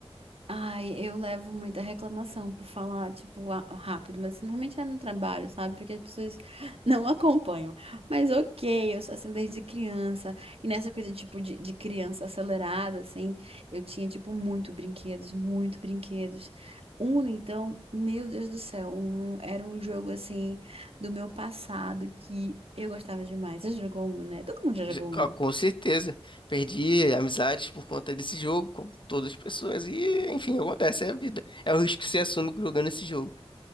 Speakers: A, on the right (about 70°); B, on the left (about 50°).
A: Ai, eu levo muita reclamação por falar, tipo, a- rápido, mas assim, normalmente é no trabalho, sabe? Porque as pessoas <laughs> não acompanham. Mas ok, eu sou assim desde criança. E nessa coisa, tipo, de, de criança acelerada, assim, eu tinha, tipo, muito brinquedos, muito brinquedos. Uno, então, meu Deus do céu, Uno era um jogo, assim, do meu passado que eu gostava demais. Você jogou Uno, né? Todo mundo já
B: Já-
A: jogou
B: ah,
A: Uno.
B: Com certeza, perdi amizades por conta desse jogo, com todas as pessoas, e enfim, acontece, é a vida. É o risco que você assume jogando esse jogo.